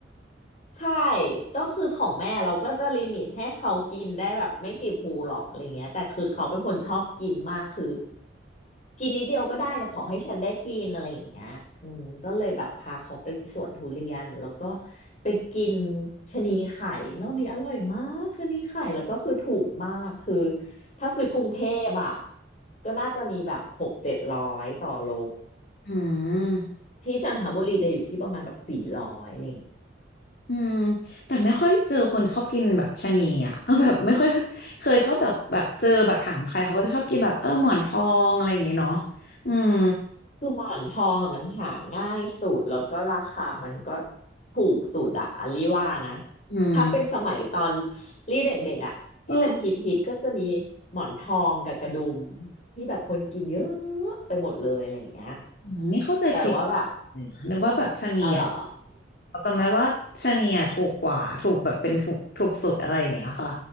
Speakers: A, on the left; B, on the left.
A: ใช่ก็คือของแม่เราก็จะลิมิตให้เขากินได้แบบไม่กี่ภูหรอกอะไรเงี้ยแต่คือเขาเป็นคนชอบกินมากคือ กินนิดเดียวก็ได้แต่ขอให้ฉันได้กินอะไรอย่างเงี้ยอืมก็เลยแบบพาเขาไปสวนทุเรียนแล้วก็ไปกินชะนีไข่รอบนี้อร่อยมากชะนีไข่แล้วก็คือถูกมากคือถ้าซื้อกรุงเทพอ่ะก็น่าจะมีแบบหกเจ็ดร้อยต่อโล
B: อืม
A: ที่จันทบุรีจะอยู่ที่ประมาณแบบสี่ร้อยอะไรอย่างเงี้ย
B: อืมแต่ไม่ค่อยเจอคนชอบกินแบบชะนีอ่ะ <laughs> เออแบบไม่ค่อยเคยชอบแต่แบบเจอแบบถามใครเขาก็จะชอบกินแบบเออหมอนทองอะไรอย่างเงี้ยเนาะอืม
A: คือหมอนทองอ่ะมันหาง่ายสุดแล้วก็ราคามันก็ถูกสุดอะอลลี่ว่านะ
B: อืม
A: ถ้าเป็นสมัยตอนลี่เด็กๆอะที่มันฮิตฮิตก็จะมี
B: เออ
A: หมอนทองกับกระดุมที่แบบคนกินเยอะไปหมดเลยอะไรอย่างเงี้ย
B: อ๋อนี่เข้าใจผิด
A: แต่ว่าแบบ
B: เลยนะนึกว่าแบบชะนีอ่ะ
A: อ๋อเหรอ
B: เราจำได้ว่าชะนีอ่ะถูกกว่าถูกแบบเป็นถูกถูกสุดอะไรอย่างเงี้ยค่ะ